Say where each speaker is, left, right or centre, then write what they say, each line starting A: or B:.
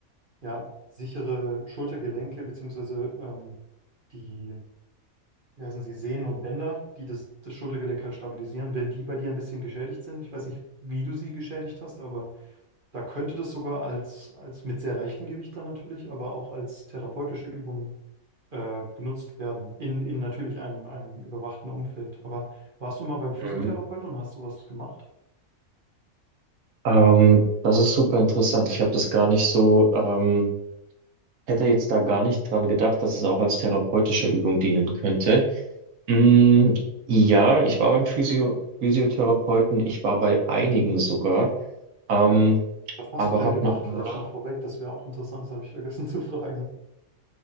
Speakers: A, on the right; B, on the right.
A: ja, sichere Schultergelenke beziehungsweise ähm, die, wie heißen sie, Sehnen und Bänder, die das, das Schultergelenk halt stabilisieren, wenn die bei dir ein bisschen geschädigt sind. Ich weiß nicht, wie du sie geschädigt hast, aber da könnte das sogar als, als mit sehr leichtem Gewicht dann natürlich, aber auch als therapeutische Übung äh, genutzt werden, in, in natürlich einem, einem überwachten Umfeld. Aber warst du mal beim Physiotherapeuten
B: Mhm.
A: und hast sowas gemacht?
B: Ähm, das ist super interessant. Ich habe das gar nicht so. Ähm, Hätte jetzt da gar nicht dran gedacht, dass es auch als therapeutische Übung dienen könnte. Mm, ja, ich war beim Physio Physiotherapeuten, ich war bei einigen sogar, ähm,
A: Was hast
B: aber
A: du denn
B: habe
A: gemacht?
B: noch nie.
A: Vielleicht mal vorweg, das wäre auch interessant, das habe ich vergessen <laughs> zu fragen.